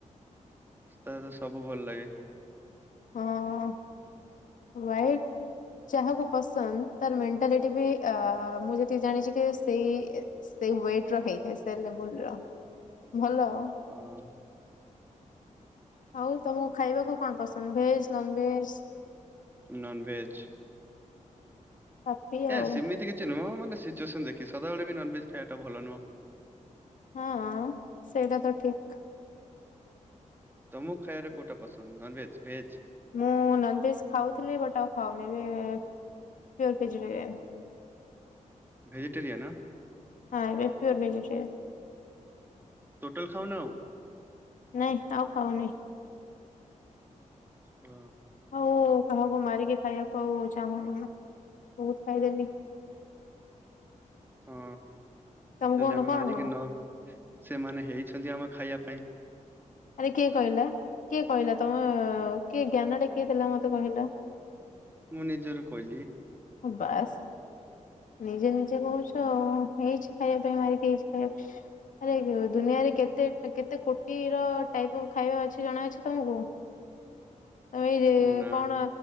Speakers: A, on the right; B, on the left.
A: ତାର ସବୁ ଭଲ ଲାଗେ।
B: ହଁ ହୋଆଇଟ ଯାହାକୁ ପସନ୍ଦ ତାର ମେଣ୍ଟାଲିଟି ବି ମୁଁ ଯଦି ଜାଣିଛି କି ସେଇ ସେଇ ୱେଟ ରେ ହେଇଥାଏ ସେ ଲେବୁଲ ର ଭଲ
A: ହଁ।
B: ଆଉ ତମକୁ ଖାଇବାକୁ କଣ ପସନ୍ଦ ଭେଜ? Non veg
A: non veg.
B: ହାପି
A: ଏଆ
B: ଆଉ
A: ସେମିତି କିଛି ନୁହଁ ମାନେ ସିଚୁଏସନ୍ ଦେଖ ସଦାବେଳେ ବି ନନେଜ ଖାଇବାଟା ଭଲ ନୁହଁ।
B: ହଁ ସେଇଟା ତ ଠିକ।
A: ତମ କୁ ଖାଇବାରେ କୋଉଟା ପସନ୍ଦ ନନଭେଜ ଭେଜ?
B: ମୁଁ ନନଭେଜ୍ ଖାଉଥିଲି ବଟ ଆଉ ଖାଉନି ଏବେ ପିଓର ଭେଜିଟେରିଆନ୍।
A: ଭେଜିଟେରିୟନ?
B: ହଁ ଏବେ ପିଓର ଭେଜଜିଟେରିୟନ୍।
A: ଟୋଟାଲ ଖାଉ ନା ଆଉ?
B: ନାଇଁ ଆଉ ଖାଉନି।
A: <unintelligible>
B: ଆଉ କାହାକୁ ମାରିକି ଖାଇବାକୁ ଆଉ ଚାହୁଁନି ମୁଁ ବହୁତ ଖାଇଦେଲି।
A: ହଁ,
B: ତମେ
A: ଯଦି
B: କହୁନ
A: ଆମେ
B: କଣ
A: ମାରିକି ନ ସେମାନେ ହେଇଛନ୍ତି ଆମେ ଖାଇବା ପାଇଁ।
B: ଆରେ କିଏ କହିଲା କିଏ କହିଲା ତମେ କିଏ ଜ୍ଞାନ ଟା କିଏ ଦେଲା ମତେ କହିଲ?
A: ମୁଁ ନିଜରୁ କହିଲି।
B: ହଁ ବାସ୍ ନିଜେ ନିଜେ କହୁଛ। ହେଇଛି ଖାଇବା ପାଇଁ ମାରିକି ହେଇଛି ଖାଇବା ଆରେ ଦୁନିଆରେ କେତେ କେତେ କୋଟିର ଟାଇପ୍ ଅଫ୍ ଖାଇବା ଅଛି ଜଣାଅଛି ତୋମକୁ?
A: <unintelligible>
B: ଅ, ଏଇ ଯେ
A: ନା
B: କଣ